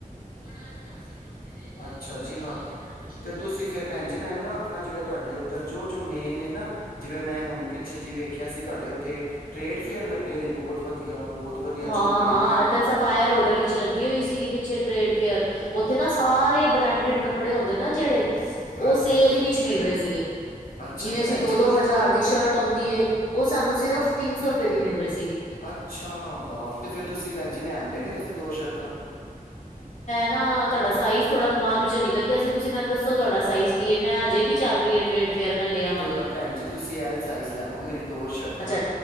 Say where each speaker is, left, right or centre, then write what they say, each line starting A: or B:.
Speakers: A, on the left (about 85°); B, on the left (about 55°).
A: ਬੜਾ ਇਤਿਹਾਸਿਕ ਮੰਦਿਰ ਹੇ ਜੀ। ਹਾਂਜੀ ਓ ਵੀ ਬੜਾ ਮਸ਼ਹੂਰ ਹੈ। ਅੱਛਾ, ਅੱਛਾ ਜੀ ਹਾਂ। ਤੇ ਤੁਸੀਂ ਫੇਰ ਭੈਣ ਜੀ ਮੈਨੂੰ ਨਾ ਆਪਣਾ ਜਿਹੜਾ ਤੁਹਾਡੇ ਉਧਰ ਜੋ ਜੋ ਮੇਨ ਨੇ ਨਾ ਜਿਵੇਂ ਮੈਂ ਹੁਣ ਪਿੱਛੇ ਜਿ ਵੇਖਿਆ ਸੀ, ਤੁਹਾਡੇ ਉੱਥੇ ਟ੍ਰੇਡ ਫੇਅਰ ਲੱਗੇ ਦੇ ਬਹੁਤ ਵਧ ਦੀਆ ਬਹੁਤ ਵਧੀਆ
B: ਹਾਂ-ਹਾਂ,
A: ਝੂਲੇ ਹਾਂ ਨੇ
B: ਇਦਰ ਸਫਾਇਰ ਹੋਟਲ ਇਚ ਲੱਗੀ ਹੋਈ ਸੀਗੀ। ਪਿੱਛੇ ਟ੍ਰੇਡ ਫੇਅਰ ਉੱਥੇ ਨਾ ਸਾਰੇ ਬ੍ਰਾਂਡਿਡ ਕੱਪੜੇ ਹੁੰਦੇ ਨਾ ਜਿਹੜੇ, ਉਹ
A: ਹਾਂਜੀ
B: ਸੇਲ
A: ਹਾਂਜੀ
B: ਵਿੱਚ ਮਿਲ ਰਹੇ ਸੀਗੇ।
A: ਅੱਛਾ
B: ਜਿਵੇਂ
A: ਤੇ
B: ਅਸੀਂ
A: ਭੈਣ
B: ਦੋ-ਦੋ
A: ਜੀ ਜਿਹੜੀ ਮਤਲਬ
B: ਹਜ਼ਾਰ ਦੀ ਸ਼ਰਟ ਆਉਂਦੀ ਏ, ਉਹ ਸਾਨੂੰ ਸਿਰਫ਼ ਤਿੰਨ ਸੌ ਰੁਪਏ ਦੀ ਮਿਲ ਰਹੀ ਸੀਗੀ।
A: ਅੱਛਾ। ਫੇਰ ਤੁਸੀਂ ਭੈਣ ਜੀ ਲੈ ਆਂਦੇ ਮੇਰੇ ਵਾਸਤੇ ਦੋ ਸ਼ਰਟਾਂ
B: ਨਾਂ, ਤੁਹਾਡਾ ਸਾਈਜ਼ ਥੋੜਾ ਦਿਮਾਗ ਈਚੋਂ ਨਿਕਲ ਗਿਆ ਸੀ। ਤੁਸੀਂ ਮੈਨੂੰ ਦੱਸੋ ਤੁਹਾਡਾ ਸਾਈਜ਼ ਕੀ ਹੈ? ਮੈਂ ਹਜੇ ਵੀ ਚੱਲ ਰਹੀ ਹੈ ਟ੍ਰੇਡ ਫੇਅਰ ਮੈਂ ਲੈ ਆਵਾਂਗੀ
A: ਤੇ ਭੈਣ ਜੀ ਤੁਸੀਂ ਐਲ ਸਾਈਜ਼ ਲੈ ਆਔ ਮੇਰੀ ਦੋ ਸ਼ਰਟਾਂ,
B: ਅੱਛਾ